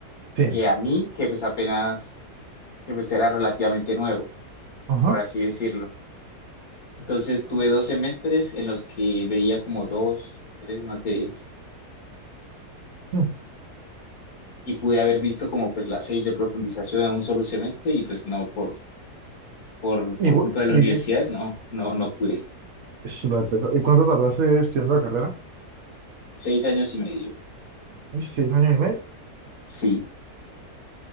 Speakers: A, on the right; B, on the left.
A: Sí.
B: que a mí, que pues apenas, que pues era relativamente nuevo,
A: Ajá.
B: por así decirlo. Entonces tuve dos semestres en los que veía como dos, tres materias
A: Mm.
B: y pude haber visto como pues las seis de profundización en un solo semestre y pues no, por por, por
A: Igual-
B: culpa de la
A: y,
B: universidad,
A: que-
B: no, no, no pude.
A: es súper pesado. ¿Y cuánto tardaste estudiando la carrera?
B: Seis años y medio.
A: uy, seis años y medio.
B: Sí,